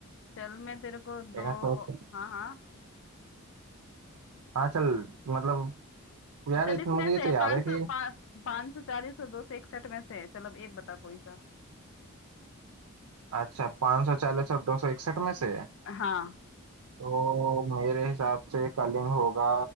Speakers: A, on the left; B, on the right.
A: चल मैं तेरे को दो
B: एक मिनट सोच-
A: हाँ हाँ
B: हाँ चल मतलब यार
A: चल
B: इतना
A: इसमें
B: मुझे ये
A: से
B: तो याद
A: पाँच
B: है
A: सौ
B: कि
A: पाँच सौ चालीस और दो सौ इकसठ में से है चल अब एक बता कोई सा
B: अच्छा पाँच सौ चालीस और दो सौ इकसठ में से है।
A: हाँ
B: तो मेरे हिसाब से कलिंग होगा